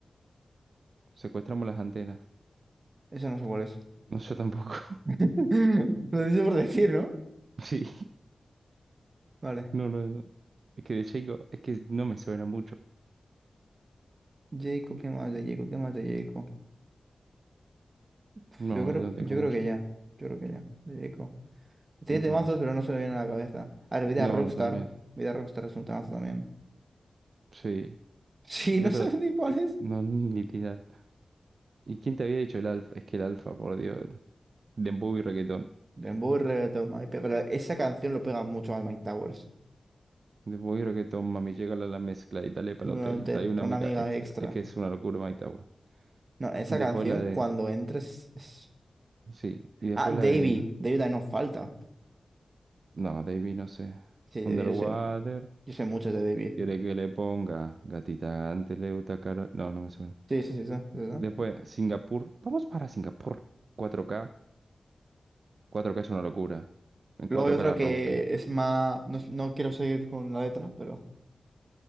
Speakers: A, on the right (about 60°); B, on the right (about 35°).
A: Secuestramos las antenas.
B: Eso no sé cuál es.
A: <laughs> No, yo tampoco.
B: <laughs>
A: <laughs>
B: Lo dice por decir, ¿no?
A: Sí,
B: Vale.
A: no, no, no. Es que de Jacob, es que no me suena mucho.
B: Jacob, ¿qué más de Jacob? ¿Qué más de Jacob? Pf,
A: No,
B: Yo creo,
A: no tengo
B: yo
A: mucho.
B: creo que ya. Yo creo que ya. De Jacob. Tiene
A: No,
B: temazos,
A: es que-
B: pero no se me viene a la cabeza. A ver, Vida
A: no,
B: Rockstar.
A: no, también.
B: Vida Rockstar es un temazo también. <laughs>
A: Sí.
B: Sí,
A: Y
B: no
A: otra,
B: sabes ni cuál es.
A: no, literal. ¿Y quién te había dicho el alfa? Es que el alfa, por Dios. Dembow y reggaetón.
B: Dembow y Reggaeton, Mike Pe- Pero esa canción lo pega mucho a Mike Towers.
A: Dembow y reggaetón, mami, llega a la mezcla y dale para
B: Una,
A: el hotel.
B: te-
A: Trae una
B: una
A: mica
B: amiga
A: extra.
B: extra.
A: Es que es una locura, Mike Tower.
B: No, esa
A: Después
B: canción
A: la de.
B: cuando entres es-
A: Sí. Y después
B: Ah, Davey.
A: la de.
B: Davey también nos falta.
A: No, Davey, no sé.
B: Sí,
A: Underwater.
B: Davey, yo sé. Yo sé mucho de David.
A: ¿Quiere que le ponga gatita anteleuta caro? No, no me suena.
B: Sí, sí, sí, sí, sí, sí.
A: Después, Singapur. Vamos para Singapur. cuatro k cuatro k es una locura. En
B: Luego
A: cuatro
B: hay otro
A: k la
B: que
A: rompe.
B: es más. No, no quiero seguir con la letra, pero.